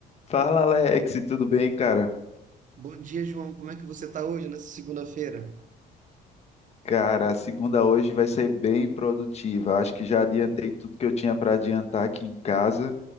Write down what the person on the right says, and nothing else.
Bom dia, João. Como é que você está hoje, nessa segunda-feira?